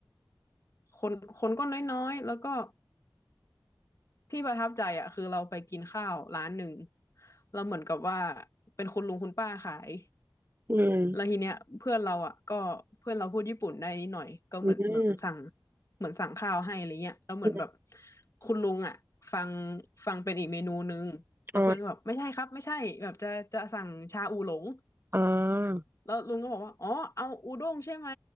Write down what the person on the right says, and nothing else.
อืม
อืม
อืม
อ๋ออ่า